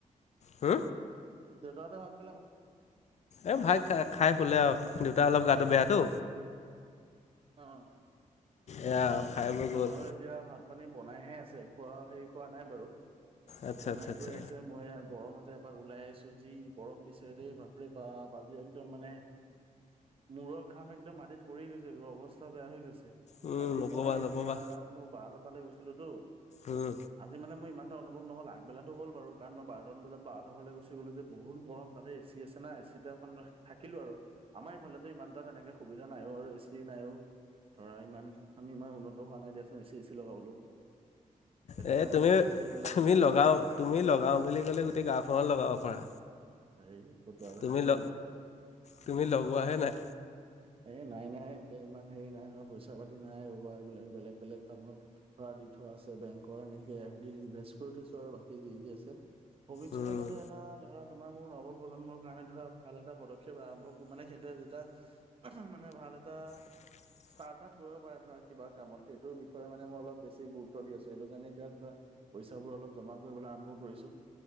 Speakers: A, on the left; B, on the right.
A: হু?
B: দেউতাহঁত
A: এই ভাত খাই শুলে আৰু দেউতা অলপ গাটো বেয়াটো।
B: অ,
A: এয়া খাই বৈ গ'ল
B: আমাৰো এতিয়া ভাত-পানী বনাইহে আ ছে খোৱা হেৰি কৰা নাই বাৰু
A: আচ্ছা
B: বনাই
A: আচ্ছা আচ্ছা
B: কৰি আছে মই এইয়া গৰমত তে এপাক ওলাই আহিছো, যি গৰম দিছে দেই বাপৰে বাপ আজি একদম মানে মূৰৰ ঘাম একদম মাটিত পৰি গৈছে ছে অৱস্থা বেয়া হৈ গৈছে
A: উম
B: কালি
A: নক'বা
B: মই
A: নক'বা
B: ধৰা মোৰ বাহতৰ তালে গৈছিলো তো
A: উম
B: আজি মানে মই ইমান অনুভৱ নহ'ল আগবেলাটো হ'ল বাৰু কাৰণ মই বাৰটা মান বজাত বাহতৰ ঘৰলে গুচি গলো যে বহুত গৰম তাতে এ চি আছে না এ চি চিতে অকন থাকিলো আৰু আমাৰ এইফালে যে ইমান এটা তেনেকে সুবিধা নাইও আৰু এ চি নাইও ধৰা ইমান আমি ইমান উন্নত হোৱা নাই দিয়াচোন এ চি চে চি লগাবলৈও। সেইটো
A: এ
B: কাৰণে
A: তুমি
B: মানে <unintelligible>
A: তুমি লগাও
B: কৰা আৰু
A: তুমি লগাও বুলি ক'লে গোটেই গাঁওখনত লগাব পাৰা।
B: এই ফতোৱা কথা
A: তুমি
B: কৈ
A: ল
B: দিয়া
A: তুমি লগোৱাহে নাই
B: এই নাই নাই ইমান হেৰি নাই নহয় পইচা পাতি নাই তোমাৰ এইবিলাক বেলেগ বেলেগ কামত ধৰা দি থোৱা আছে বেংকৰ এনে এ ফ ডিত ইনভেষ্ট কৰি থৈছো আৰু বাকী যি যি আছে ভৱিষ্যতে
A: উম
B: যাতে এটা ধৰা তোমাৰ মোৰ নৱ প্ৰজন্মৰ কাৰণে ধৰা ভাল এটা পদক্ষেপ আৰম্ভ মানে সিহঁতে যেতিয়া মানে ভাল ভাল এটা
A: <inaudible>
B: ষ্টাৰ্ট আপ কৰিব পাৰে ধৰা কিবা কামত। সেইটো বিষয়ে মানে মই অলপ বেছি গুৰুত্ব দি আছো সেইটো কাৰণে এতিয়া ধৰা পইচাবোৰ অলপ জমা কৰিবলৈ আৰম্ভ কৰিছো